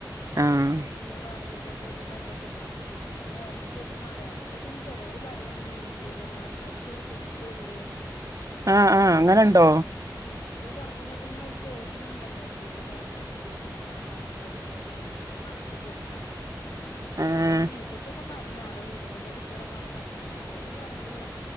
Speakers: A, on the right (about 50°); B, on the left (about 70°).
A: ആഹ്
B: അഞ്ചുറോ അറനൂ നറ്റമ്പത് രൂപ ന്തോ കിട്ടി ഇപ്പപ്പോ വേറെ സ്കൂൾ ഒക്കെ മാറി അവിട്‌ത്തെ പിന്നെ ചേലോർ പറിണ്ട് ഞ്ഞി മീ ബി എ ൽ കാർഡേർക്കെ ഇത് കിട്ടുള്ളൂ
A: ആ
B: ഇപ്പൊ
A: അ അങ്ങനെണ്ടോ
B: ആ സ്കൂൾ തുറക്കുമ്പോ തന്നെ ഓൽ ചോയ്ക്ക്ണ്ണ്ടല്ലോ എ പി എൽ കാർഡാണോ ബി പി എല് ആണോ ന്ന് ഒക്കെ അവർക്ക് ഒ കണക്ക് കൊടുക്കണം
A: ഏഹ്
B: അപ്പൊ ഞ്ഞി മൂത്തച്ചി ഒക്കെ പറ <unintelligible> ഓടെ മുത്തച്ഛന്റെ കുട്ടികളൊക്കെ അവിടെ പഠിക്കുന്നുണ്ട് അപ്പോ ഓള് പറഞ്ഞു